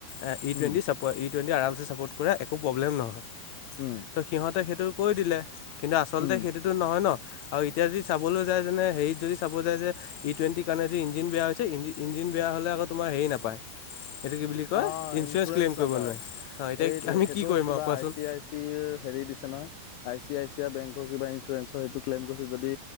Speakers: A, on the left; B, on the left.
A: এ', ই টুৱেণ্টি
B: উম উম
A: চাপৰ্ট, ই টুৱেণ্টি আৰামছে চাপৰ্ট কৰে একো প্ৰব্লেম নহয়।
B: উম
A: ত', সিহঁত ত, সেইটো কৈ দিলে। কিন্তু আচলতে
B: উম
A: সেইটোতো নহয় ন। আৰু এতিয়া যদি চাবলৈ যায়, যেনে হেৰিত যদি চাব যায় যে ই টুৱেণ্টিৰ কাৰণে যে ইঞ্জিন বেয়া হৈছে। ইঞ্জিন বেয়া হ'লে, আকৌ তোমাৰ হেৰি নাপায়। এইটো কি বুলি কয়
B: অ' ইঞ্চুৰেঞ্চ
A: ক্লেইম কৰিব
B: নাপায়।
A: নোৱাৰে অঁ এতিয়া
B: সেইটোৱেই।
A: আমি
B: সেইটো
A: কি কৰিম
B: কিবা
A: আৰু কোৱাচোন
B: আই চি আই চি হেৰি দিছে নহয়। আই চি আই চি এতিয়া বেংকৰ কিবা ইঞ্চুৰেঞ্চৰ সেইটো ক্লেইম কৰিছে যদি,